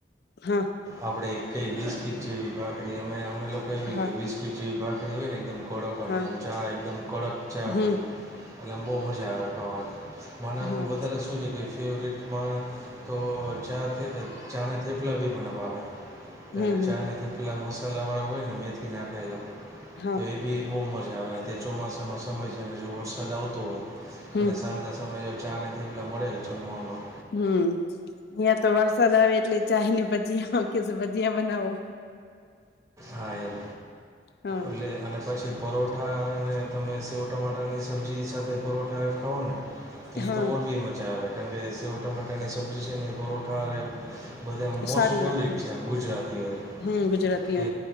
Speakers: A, on the left; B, on the right.
A: હા.
B: આપડે કઈ બિસ્કીટ જેવી ભાખરી અમે અમે લોકો એ
A: હા
B: બિસ્કીટ જેવી ભાખરી હોય ને એકદમ કડક અને
A: હા
B: એમ ચા એકદમ કડક ચા
A: હમ
B: હોય એટલે આમ બહુ મજા આવે ખાવાની. મન
A: હા
B: બોધરે સૂચકે. ફેવરિટમાં તો ચા ચાને થેપલા બી મને ભાવે.
A: હમ હમ
B: ચા
A: હમ
B: થેપલા મસાલા વાળા હોય ને મેથી નાખેલા
A: હા
B: તો બી બહુ મજા આવે અત ચોમાસાનો સમય છે. અને જો વરસાદ આવતો હોય
A: હમ
B: અને સાંજ સમય ચા. અને થેપલા મળે જમવા માં
A: હમ તો વરષ વરસાદ આવે એટલે ચાય ને ભજીયા કે ભજીયા બનાવો.
B: હા એમ
A: હા
B: એટલે અને પછી. પરોઠા અને તમે સેવ ટમાટરની સબ્જી સાથે પરોઠા એ ખાવઓ ને કઈ
A: હા
B: તો ર બી મજા આવે ંગે સવ ટમાટરની સબ્જીી છે પરોઠા અ બધા આમ મોસ્ટ
A: સારી
B: ફેવરિટ
A: લાગે
B: છે એમ ગુજરાતીઓ એ.
A: હમ ગુજરાત
B: કે